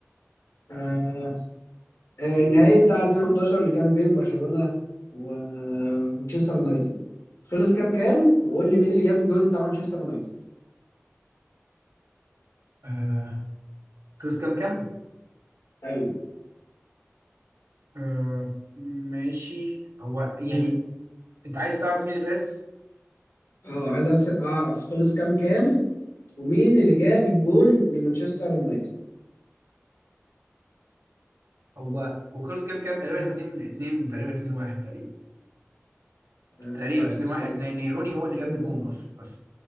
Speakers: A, on the left; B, on the right.
A: آه آه النهائي بتاع 2011 اللي كان بين برشلونة ومانشستر يونايتد خلص كام كام وقول لي مين اللي جاب الجون بتاع مانشستر يونايتد
B: آه خلص كام كام
A: ايوه
B: آه ماشي هو يعني
A: مم.
B: انت عايز تعرف مين اللي فاز
A: اه عايز أكس- اعرف خلص كام كام ومين اللي جاب الجون لمانشستر يونايتد
B: هو هو خلص كام كام تقريبا
A: ها
B: 2 2 تقريبا 2 1 تقريبا
A: آه
B: تقريبا
A: لا خلص
B: 2 1
A: 3
B: لان روني هو اللي جاب
A: خلص
B: الجون
A: 3
B: اصلا بس